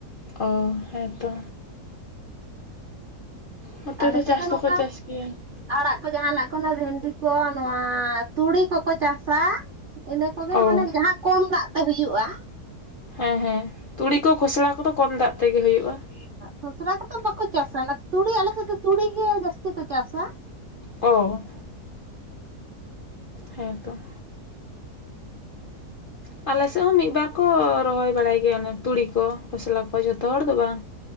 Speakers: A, on the left (about 60°); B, on the right (about 50°).
A: ᱚ ᱦᱮᱸ ᱛᱚ ᱱᱚᱛᱮ
B: ᱟᱞᱮ
A: ᱫᱚ
B: ᱥᱮᱫ
A: ᱪᱟᱥ ᱫᱚᱠᱚ
B: ᱱᱚᱝᱠᱟ
A: ᱪᱟᱥ ᱜᱮᱭᱟ ᱾
B: ᱟᱲᱟᱜ ᱠᱚ ᱡᱟᱦᱟᱱᱟᱜ ᱠᱚ ᱵᱷᱮᱱᱰᱤ ᱠᱚ ᱱᱚᱣᱟ ᱛᱩᱲᱤ ᱠᱚᱠᱚ ᱪᱟᱥᱟ ᱾ ᱤᱱᱟᱹ ᱠᱚᱜᱮ
A: ᱚ
B: ᱢᱟᱱᱮ ᱡᱟᱦᱟᱸ ᱠᱚᱢ ᱫᱟᱜ ᱛᱮ ᱦᱩᱭᱩᱜᱼᱟ ᱾
A: ᱦᱮᱸ ᱦᱮᱸ ᱛᱩᱲᱤ ᱠᱚ ᱠᱷᱚᱥᱞᱟ ᱠᱚᱫᱚ ᱠᱚᱢ ᱫᱟᱜ ᱛᱮᱜᱮ ᱦᱩᱭᱩᱜᱼᱟ ᱾
B: ᱠᱷᱚᱥᱞᱟ ᱠᱚ ᱫᱚ ᱵᱟᱠᱚ ᱪᱟᱥᱟ ᱚᱱᱟ ᱛᱩᱲᱤ ᱟᱞᱮ ᱥᱮᱫ ᱫᱚ ᱛᱩᱲᱤᱜᱮ ᱡᱟᱹᱥᱛᱤ ᱠᱚ ᱪᱟᱥᱟ ᱾
A: ᱚ ᱦᱮᱸ ᱛᱚ ᱟᱞᱮ ᱥᱮᱫ ᱦᱚᱸ ᱢᱤᱫ ᱵᱟᱨ ᱠᱚ ᱨᱚᱦᱚᱭ ᱵᱟᱲᱟᱭ ᱜᱮᱭᱟ ᱚᱱᱮ ᱛᱩᱲᱤ ᱠᱚ ᱠᱷᱚᱥᱞᱟ ᱠᱚ ᱡᱷᱚᱛᱚ ᱦᱚᱲ ᱫᱚ ᱵᱟᱝ